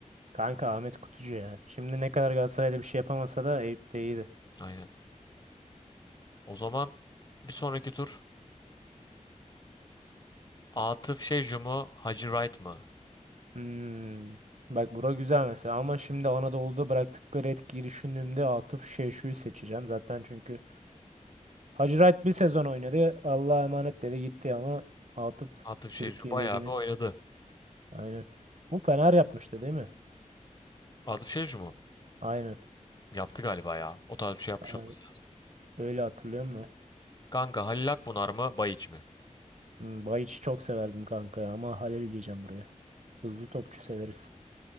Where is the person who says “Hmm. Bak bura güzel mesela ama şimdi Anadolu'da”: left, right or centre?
Right